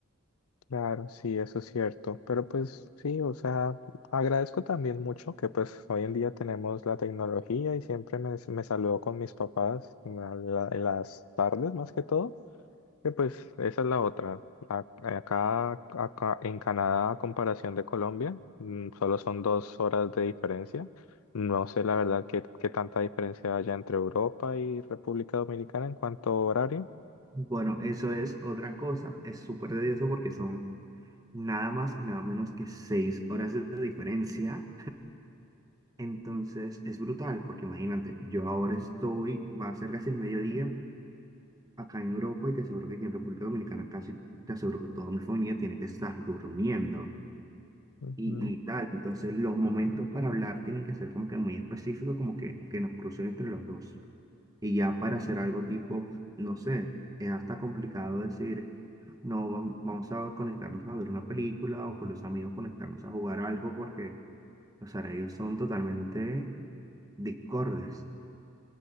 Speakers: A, on the left; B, on the right.
A: Claro, sí, eso es cierto. Pero pues sí, o sea, agradezco también mucho que pues hoy en día tenemos la tecnología y siempre me, me saludo con mis papás en, la- la- en las tardes más que todo. Que pues esa es la otra. A- Acá, acá en Canadá, a comparación de Colombia, mm, solo son dos horas de diferencia. No sé la verdad qué, qué tanta diferencia haya entre Europa y República Dominicana en cuanto a horario.
B: Bueno, eso es otra cosa, es súper tedioso porque son nada más y nada menos que seis horas de diferencia. Entonces es brutal, porque imagínate, yo ahora estoy, va a ser casi el mediodía acá en Europa y te aseguro que aquí en República Dominicana casi te aseguro que toda mi familia tiene que estar durmiendo
A: Ujú.
B: y, y tal. Entonces los momentos para hablar tienen que ser como que muy específicos, como que, que nos crucen entre los dos. Y ya para hacer algo tipo, no sé, es hasta complicado decir, no, vam- vamos a conectarnos a ver una película o con los amigos conectarnos a jugar algo porque los horarios son totalmente discordes.